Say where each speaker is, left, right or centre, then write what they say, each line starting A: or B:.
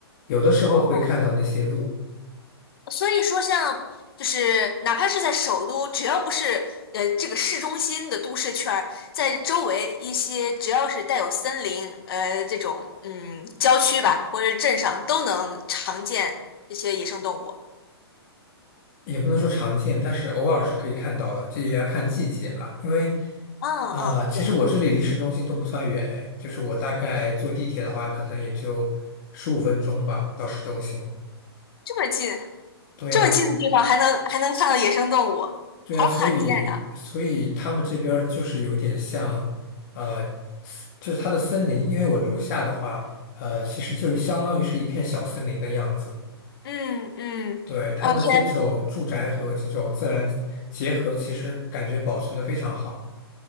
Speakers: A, on the left; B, on the left.
A: 有的时候会看到那些鹿。
B: 哦，所以说像就是哪怕是在首都，只要不是呃这个市中心的都市圈儿，在周围一些只要是带有森林呃这种嗯郊区吧，或者是镇上都能常见这些野生动物。
A: 也不能说常见，但是偶尔是可以看到的，这也要看季节吧。因为，
B: 嗯嗯，
A: 呃，其实我这里离市中心都不算远，
B: 对，
A: 哎，就是我大概坐地铁的话，可能也就十五分钟吧，到市中心。
B: 这么近
A: 对呀，
B: 这么近的地方还能还能看到野生动物，
A: 对呀，
B: 好罕见呀。
A: 所以，所以他们这边儿就是有点像，呃，森就是它的森林，因为我楼下的话，呃，其实就相当于是一片小森林的样子。
B: 嗯嗯，OK，
A: 对，他们这种住宅和这种自然结合，其实感觉保存的非常好。